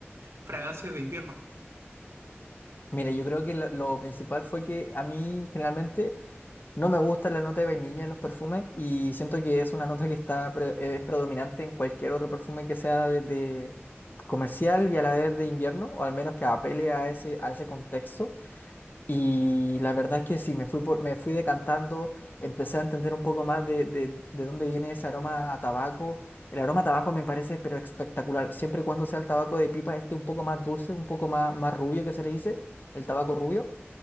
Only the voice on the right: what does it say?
fragancias de invierno.